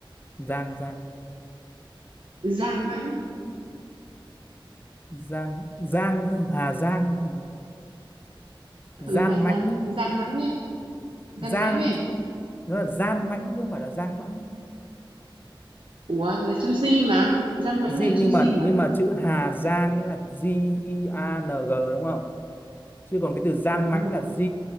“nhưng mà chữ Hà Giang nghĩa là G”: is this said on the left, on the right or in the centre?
Left